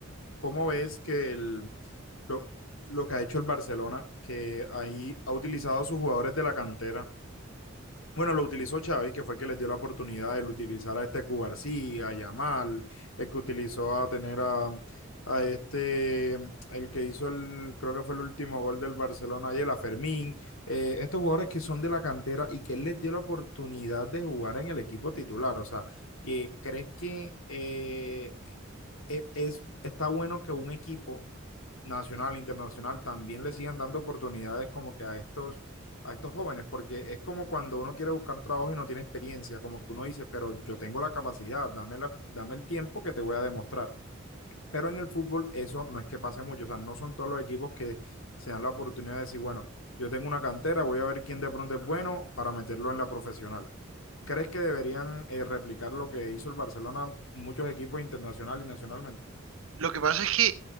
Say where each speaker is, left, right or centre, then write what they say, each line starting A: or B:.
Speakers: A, on the left; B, on the right.
A: ¿cómo ves que el, lo, lo que ha hecho el Barcelona, que ahí ha utilizado a sus jugadores de la cantera? Bueno, lo utilizó Xavi, que fue el que les dio la oportunidad de utilizar a este Cubarsí, a Yamal, el que utilizó a tener a, a este, el que hizo el, creo que fue el último gol del Barcelona ayer, a Fermín, eh, estos jugadores que son de la cantera y que él les dio la oportunidad de jugar en el equipo titular. O sea, que crees que eh, e- es, está bueno que un equipo nacional, internacional, también le sigan dando oportunidades como que a estos, a estos jóvenes, porque es como cuando uno quiere buscar trabajo y no tiene experiencia, como que uno dice, pero yo tengo la capacidad, dame la, dame el tiempo que te voy a demostrar. Pero en el fútbol eso no es que pase mucho, o sea, no son todos los equipos que se dan la oportunidad de decir, bueno, yo tengo una cantera, voy a ver quién de pronto es bueno para meterlo en la profesional. ¿Crees que deberían eh, replicar lo que hizo el Barcelona muchos equipos internacional y nacionalmente?
B: Lo que pasa es que